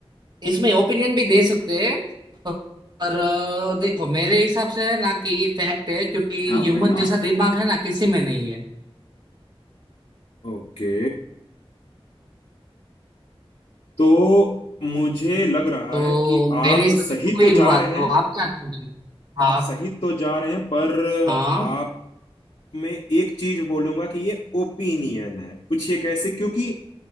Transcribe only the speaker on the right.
इसमें ओपिनियन भी दे सकते हैं पर अ, देखो मेरे हिसाब से है ना कि फैक्ट है क्योंकि
ह्यूमन
जैसा दिमाग है ना किसी में नहीं है
तो
मेरे हिसाब
से तो वही
हुआ
तो
आप क्या कहते हैं
हाँ
हाँ